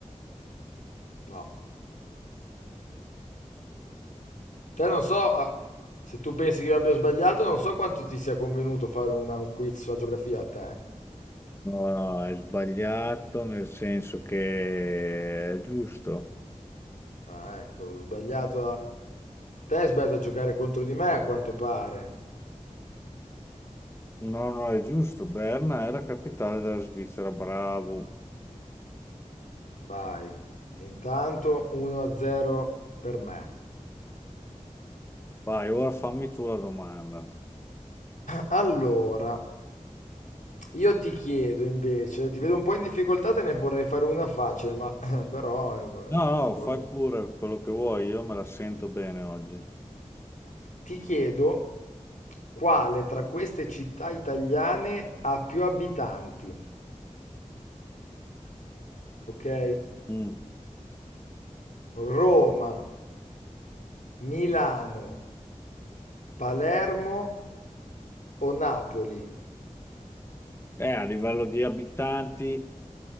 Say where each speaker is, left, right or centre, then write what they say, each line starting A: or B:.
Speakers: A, on the left (about 80°); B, on the left (about 20°).
A: no. Te non so ah, se tu pensi che io abbia sbagliato, non so quanto ti sia convenuto fare una- un quiz sulla geografia a te.
B: No, no, hai sbagliato nel senso che è giusto.
A: Ah, ecco, ho sbagliato a... Te hai sbagliato a giocare contro di me, a quanto pare.
B: No, no, è giusto. Berna è la capitale della Svizzera, bravo.
A: Vai. Intanto 1-0 per me.
B: Vai, ora fammi tu la domanda.
A: Allora, io ti chiedo invece, ti vedo un po' in difficoltà, te ne vorrei fare una facile, ma <laughs> però eh,
B: No, no,
A: vorrei...
B: fai pure quello che vuoi, io me la sento bene oggi.
A: Ti chiedo quale tra queste città italiane ha più abitanti, ok?
B: Mm.
A: Roma, Milano, Palermo o Napoli?
B: Eh, a livello di abitanti,